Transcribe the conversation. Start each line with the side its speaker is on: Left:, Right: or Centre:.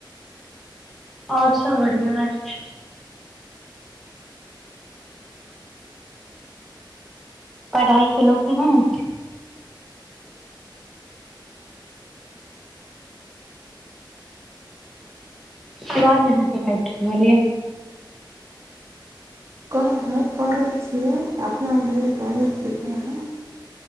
Centre: और सब बढ़िया अइछ। पढ़ाइ केलहुं कि नहि। अबाज आहाॅं के कैट रहल यऽ।
Right: कहलौ करै छीयै, अपना भैर करै छियै पढ़ाई।